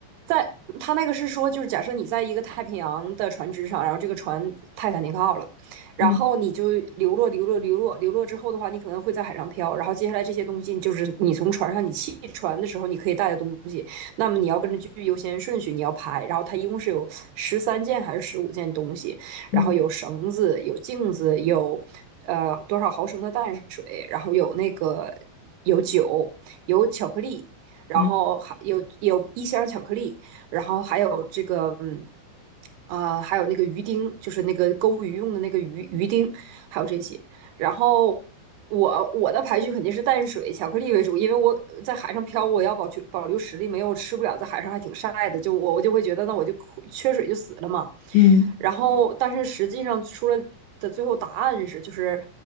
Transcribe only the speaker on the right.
在他那个是说，就是假设你在一个太平洋的船只上，然后这个船泰坦尼克号了，然后你就流落流落流落流落之后的话，
你可能会在海上漂，然后接下来这些东西就是你从船上你弃船的时候你可以带的东西，那么你要跟着去优先顺序你要排，然后它一共是有十三件还是十五件东西，然后有绳子，
有镜子，有呃多少毫升的淡水，然后有那个有酒，有巧克力。然后还有有一箱巧克力，
然后还有这个嗯。啊、呃，还有那个鱼丁，就是那个钩鱼用的那个鱼鱼丁，还有这些。然后我我的排序肯定是淡水巧克力为主，因为我在海上漂，我要保去保留实力，没有吃不了，在海上还挺晒的，就我我就会觉得那我就哭缺水就死了嘛。
然后但是实际上出来的最后答案是就是。